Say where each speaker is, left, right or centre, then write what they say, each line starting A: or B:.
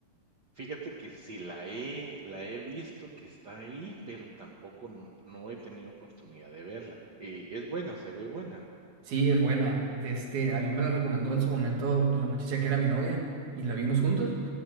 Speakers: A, on the right; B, on the right.
A: Fíjate que sí la he, la he visto que está ahí, pero tampoco n- no he tenido oportunidad de verla. Eh, es buena, se ve buena.
B: Sí, es buena. De este, a mí me la recomendó en su momento la muchacha que era mi novia y la vimos juntos.
A: No,